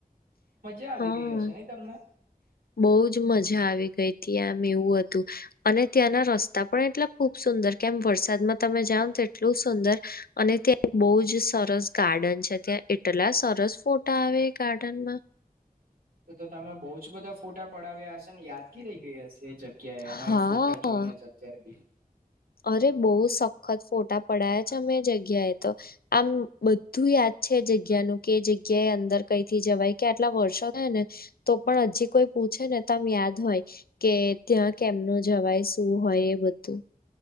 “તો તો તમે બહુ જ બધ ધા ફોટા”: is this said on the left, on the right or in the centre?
Right